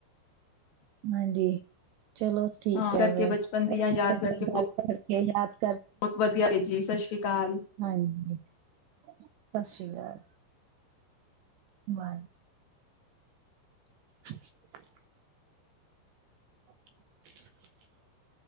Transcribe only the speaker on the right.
ਹਾਂਜੀ ਚਲੋ ਠੀਕ
ਹੈ
ਫੇਿਰ
ਅੱਛਾ
ਲੱਗਿਆ
ਗੱਲ ਪਰ ਕ ਯਦ
ਹਾਂਜੀ ਸਤਿ ਸ੍ਰੀ ਅਕਾਲ ਬਾਰ <inaudible> <inaudible>